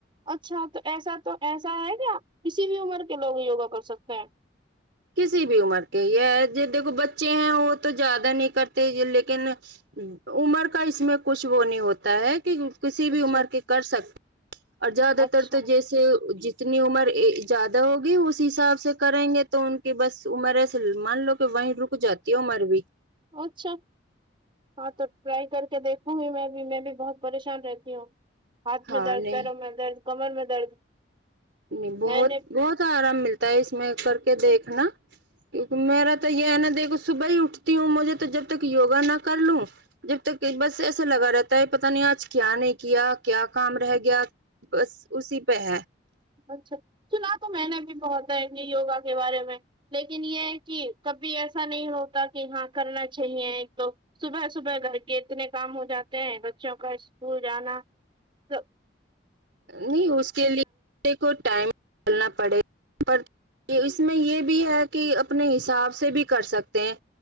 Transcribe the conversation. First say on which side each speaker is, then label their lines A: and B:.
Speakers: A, on the right (about 25°); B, on the right (about 70°).
A: اچھا تو ایسا تو ایسا ہے کیا کسی بھی عمر کے لوگ یوگا کر سکتے ہیں
B: کسی بھی عمر کے یہ دیکھو بچے ہیں وہ تو زیادہ نہیں کرتے لیکن عمر کا اس میں کچھ وہ نہیں ہوتا ہے کہ کسی
A: اچھا
B: بھی عمر کے کر سکتے اور زیادہ
A: اچھا
B: تر تو جیسے ج تنی عمر زیادہ ہوگی اس حساب سے کریں گے تو ان کی بس عمر ایسے مان لو کہ وہیں رک جاتی ہے عمر بھی
A: اچھا ہاں تو ٹرائی کر کے دیکھو ہ بھی میں بھی میں بھی بہت پریشان رہتی ہوں ہاتھ
B: ہاں
A: میں درد
B: نہیں
A: پیروں میں درد کمر میں درد
B: نہیں بہت
A: میں نے
B: بہت آرام ملتا ہے اس میں کر کے دیکھنا کیونکہ میرا تو یہ ہے نا دیکھو صبح ہی اٹھتی ہوں مجھے تو جب تک یوگا نہ کر لوں جب تک بس ایسا لگا رہتا ہے پتا نہیں آج کیا نہیں کیا کیا کام رہ گیا بس اسی پہ ہے
A: اچھا سنا تو میں نے بھی بہت ہے یہ یوگا کے بارے میں لیکن یہ ہے کہ کبھی ایسا نہیں ہوتا کہ ہاں کرنا چاہیے ایک تو صبح صبح گھر کے اتنے کام ہو جاتے ہیں بچوں کا اسکول جانا تو
B: نہیں اس کے لیے <unintelligible> پر یہ اس میں یہ بھی ہے کہ اپنے حساب سے بھی کر سکتے ہیں